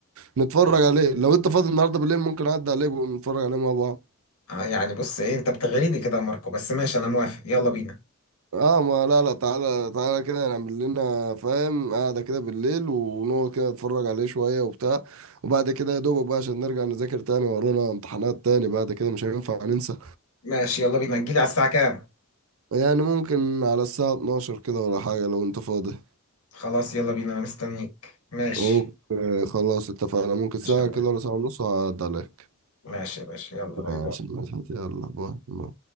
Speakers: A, on the right (about 65°); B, on the left (about 80°).
A: ونتفرج عليه لو انت فاضي النهارده بالليل ممكن اعدي عليك ونتفرج عليه مع بعض
B: آه، يعني بص ايه انت بتغريني كده يا ماركو بس ماشي انا موافق يلا بينا
A: اه ما لا لا تعالى تعالى كده نعمل لنا فاهم قاعدة كده بالليل ونقعد كده نتفرج عليه شوية وبتاع وبعد كده يا دوبك بقى عشان نرجع نذاكر تاني ورانا امتحانات تاني بعد كده مش هينفع ننسى
B: ماشي يلا بينا تجيلي على الساعه كام
A: يعني ممكن على الساعة 12 كده ولا حاجة لو انت فاضي
B: خلاص يلا بينا انا مستنيك ماشي
A: اوكي خلاص اتفقنا ممكن ساعة
B: ماشي يا ماركو
A: كده ولا ساعة ونص هعدي عليك
B: ماشي يا باشا يلا باي
A: ماشي
B: باي
A: ماشي، يلا باي